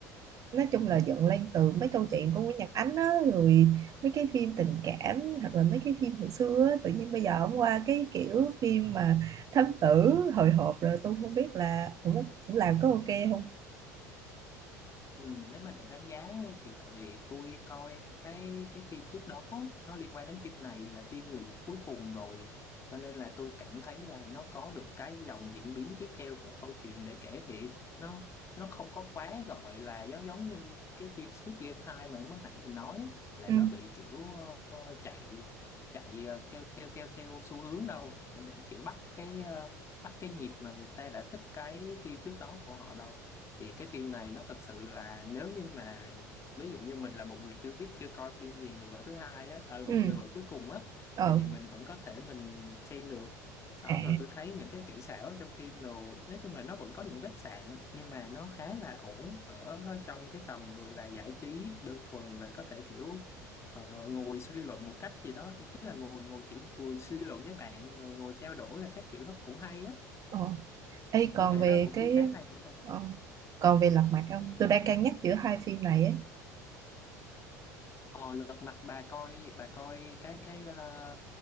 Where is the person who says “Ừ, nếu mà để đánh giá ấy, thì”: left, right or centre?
Left